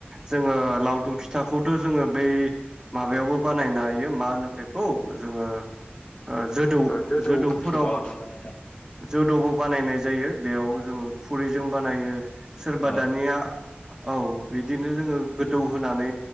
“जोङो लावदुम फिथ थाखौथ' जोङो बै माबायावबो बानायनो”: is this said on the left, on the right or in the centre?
Right